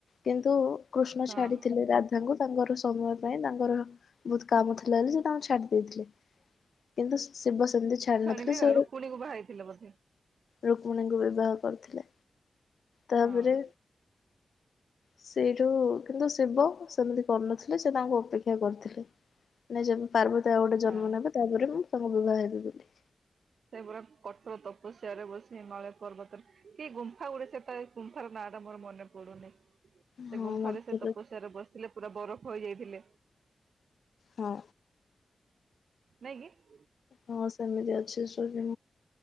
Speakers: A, on the left (about 75°); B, on the right (about 80°).
A: କିନ୍ତୁ କୃଷ୍ଣ
B: ହଁ
A: ଛାଡ଼ିଥିଲେ ରାଧ ତାଙ୍କୁ ତାଙ୍କର ସମୟ ପାଇଁ ତାଙ୍କର ବହୁତ୍ କାମ ଥିଲାଯେ ସେତାଙ୍କୁ ଛାଡ଼ି ଦେଇଥିଲେ। କିନ୍ତୁ ଶିବ ସେମିତି ଛାଡି
B: ଛଡ଼ିକି
A: ନଥିଲେ ସେ
B: ଆଉ ରୁକ୍ମଣୀକୁ ବାହାଇଥିଲା ବୋଧେ।
A: ରୁକ୍ମଣୀଙ୍କୁ ବିବାହ କରିୁଥିଲେ ତାପରେ
B: ହଁ
A: ସେଇଠୁ କିନ୍ତୁ ଶିବ ସେମିତି କରିନଥିଲେ ସେତାଙ୍କୁ ଅପେକ୍ଷା କରିଥିଲେ। ନାଇଁଁ ଯଦି ପାର୍ବତୀ ଆଉ ଗୋଟେ ଜନ୍ମ
B: ହଁ
A: ନେବେ ତାପରେ ମୁଁ ତମକୁ ବିବାହ ହେବିବୋଲି।
B: ସେପୁରା କଠୋର ତପସ୍ୟାରେ ବସି ହିମାଳୟ ପର୍ବତରେ କି ଗୁମ୍ଫା ଗୁଟେ ସେତେଳେ ଗୁମ୍ଫାର ନାଟା ମୋର ମନେ ପଡ଼ୁନି ସେ
A: ହଁ
B: ଗୁମ୍ଫାରେ
A: ମତେ
B: ସେ ତପସ୍ୟାରେ ବସିଲେ ପୁରା ବରଫ ହୋଇଯାଇଥିଲେ।
A: ହଁ।
B: ନାଇଁକି।
A: ହଁ ସେମିତି ଅଛି ଯ <unintelligible>